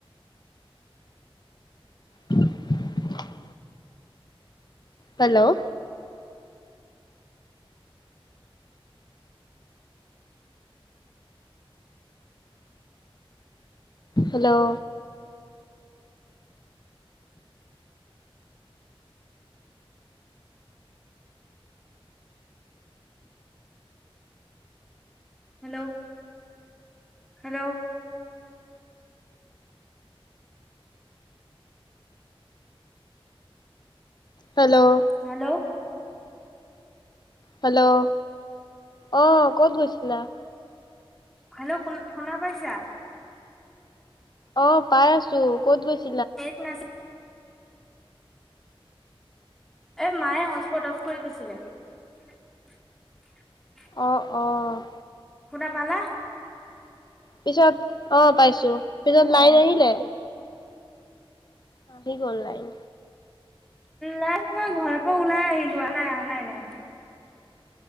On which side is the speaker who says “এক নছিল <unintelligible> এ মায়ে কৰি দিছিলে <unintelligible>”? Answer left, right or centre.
Centre